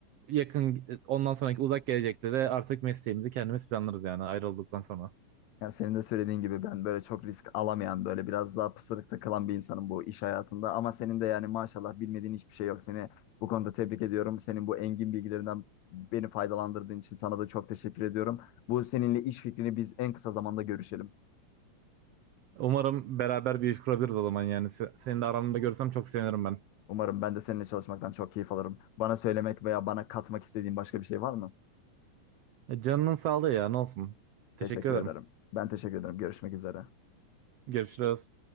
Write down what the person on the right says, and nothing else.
yakın e, ondan sonraki uzak gelecekte de artık mesleğimizi kendimiz planlarız yani ayrıldıktan sonra.
Umarım beraber bir iş kurabiliriz o zaman yani. Se- Seni de aramda görsem çok sevinirim ben.
E, Canının sağlığı ya ne olsun. Teşekkür
ederim.
Görüşürüz.